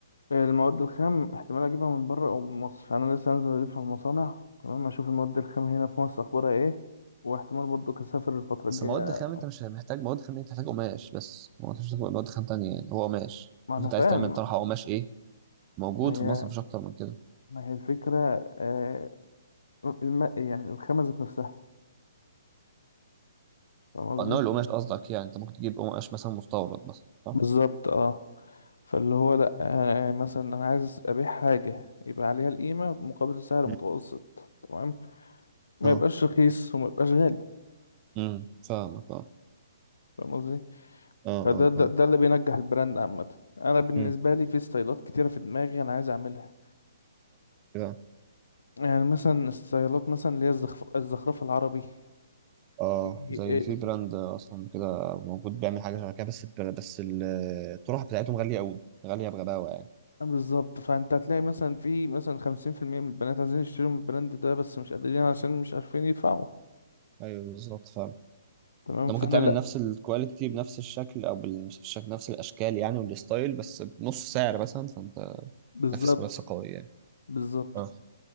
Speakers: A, on the left; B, on the right.
A: المواد الخام احتمال اجيبها من بره او من مصر انا لسه هنزل الف على المصانع تمام اشوف المواد الخام هنا في مصر اخبارها ايه واحتمال برضو اسافر الفتره
B: بس
A: الجايه
B: مواد خام انت مش محتاج مواد خام انت محتاج قماش بس هو مفيش مواد خام تانية يعني هو قماش
A: ما انا
B: شوف انت
A: فاهم
B: عايز تعمل طرحة قماش ايه موجود
A: ما هي
B: في مصر مفيش اكتر من كده
A: ما هي الفكره آه الم... يعني الخامه ذات نفسها فاهم
B: اه نوع
A: قصدي
B: القماش قصدك يعني انت ممكن تجيب قماش مثلا مستورد مثلا صح؟
A: بالظبط اه فاللي هو لا آه مثلا انا عايز ابيع حاجه يبقى عليها القيمه مقابل سعر
B: مم.
A: متوسط تمام ما
B: اه
A: يبقاش رخيص وما يبقاش غالي
B: امم فاهمك اه
A: فاهم قصدي
B: اه
A: فده
B: اه
A: ده,
B: اه
A: ده اللي بينجح البراند عامة أنا بالنسبة
B: امم
A: لي في ستايلات كتيرة في دماغي أنا عايز أعملها
B: اه
A: يعني مثلا ستايلات مثلا اللي هي الزخرف الزخرفة العربي
B: اه
A: إيه-
B: زي
A: إيه-
B: في براند اصلا كده موجود بيعمل حاجه شبه كده بس بس الطرح بتاعتهم غاليه قوي غاليه بغباوه يعني
A: بالظبط فأنت هتلاقي مثلا في مثلا خمسين في المية من البنات عايزين يشتروا من البراند ده بس مش قادرين عشان مش عارفين يدفعوا
B: ايوه بالظبط فعلا
A: تمام
B: انت
A: فأنا
B: ممكن تعمل
A: لأ
B: نفس الكواليتي بنفس الشكل او بال- مش الشكل نفس الاشكال يعني والستايل بس بنص سعر مثلا فانت
A: بالظبط
B: نافس منافسه قويه يعني
A: بالظبط
B: اه